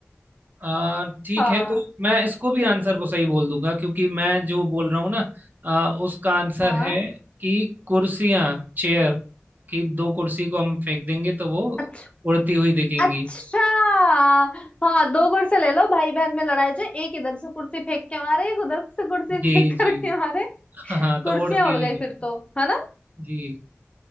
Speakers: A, on the right (about 40°); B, on the left (about 25°).
A: आ, ठीक
B: हाँ
A: है तो मैं इसको भी आंसर को सही बोल दूंगा क्योंकि मैं जो बोल रहा हूँ ना आ, उसका आंसर
B: हाँ
A: है कि कुर्सियां चेयर की दो कुर्सी को हम फेंक देंगे तो वो
B: अच्छा
A: उड़ती हुई दिखेंगी
B: अच्छा हाँ दो कुर्सी ले लो भाई बहन में लड़ाई जो एक इधर से कुर्सी फेंक के मारे एक उधर से कुर्सी
A: जी
B: फेंक करके
A: जी
B: मारे
A: हाँ
B: कुर्सियां
A: तो वो उड़ती
B: उड़
A: हुई
B: गई
A: दिख
B: फिर तो है ना
A: जी